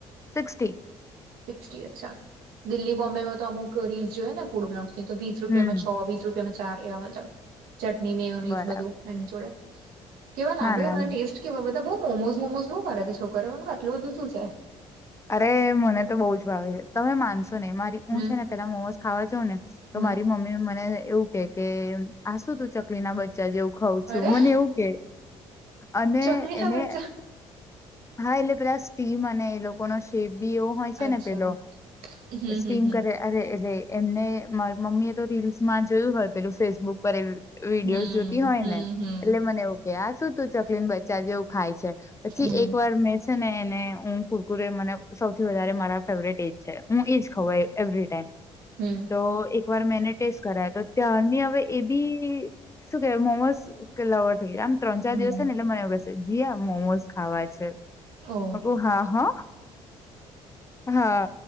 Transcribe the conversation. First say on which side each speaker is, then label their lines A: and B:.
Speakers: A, on the left (about 20°); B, on the right (about 75°).
A: સિક્સ્ટી.
B: સિક્સ્ટી અચ્છા. દિલ્લી બોમ્બેમાં તો અમુક રીલ્સ જોઈએ ને. <unintelligible> એ તો વીસ રૂપિયામાં
A: હમ
B: છ વીસ રૂપિયામાં ચાર એવા મલતા. ચટણી મેયોનિઝ
A: બરાબર
B: બધું એન જોડે. કેવા લાગે
A: ના ના
B: મને ટેસ્ટ કેવો. બધા બઉ મોમોઝ મોમોઝ બહુ કરે સે છોકરાઓ <unintelligible> આટલું બધું શું છે.
A: અરે મને તો બઉ જ ભાવે છે, તમે માનશો નઈ મારી હું
B: હમ
A: છે ને પેલા મોમોઝ ખાવા જઉં ને. તો
B: હમ
A: મારી મમ્મી મને એવું કે કે આ શું તું ચકલીના બ ચા જેવું ખાઉં છું.
B: અરે
A: મને એવું કે અને
B: ચકલી કા
A: એને
B: બચ્ચા
A: હા એટલે પેલા સ્ટીમ અને એ લોકો નો શેપ બી એવો. હોય છે
B: અચ્છા
A: ને પેલો
B: હમ
A: સ્કિમ
B: હમ હમ
A: કહે. અરે એટલે એમને માર મમ્મી એ તો રીલ્સમાં જોયું હોય પેલું ફેસબુક પર એવું. વિડીયોસ
B: હમ
A: જોતી હોય
B: હમ
A: ને
B: હમ
A: એટલે મન એવું કે આ શું તું ચકલીના બચા જેવું ખાય છે પછી
B: હમ
A: એક વાર મેં છે ને એને હું કુરકુરે મને સૌથી વધારે મારા ફેવરેટ એ જ છે હું એ જ ખઉં એ. એવરી ટાઈમ
B: હમ
A: તો એક વાર મે એને ટેસ્ટ કરાવ્યો તો ત્યાંરની હવે એ બી શું કેવાય મોમોઝ <unintelligible> આમ ત્રણ ચાર
B: હમ
A: દિવસ થશે ને એટલે મને એવું કેશે જીઆ મોમોઝ ખાવા છે. મે
B: ઓ
A: કવુ હા હો. હા